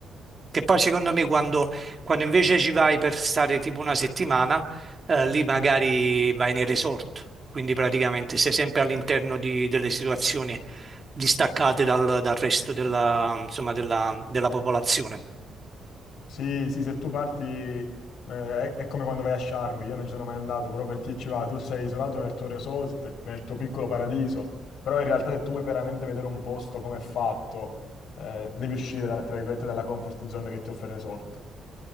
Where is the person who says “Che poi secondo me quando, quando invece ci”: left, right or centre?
Right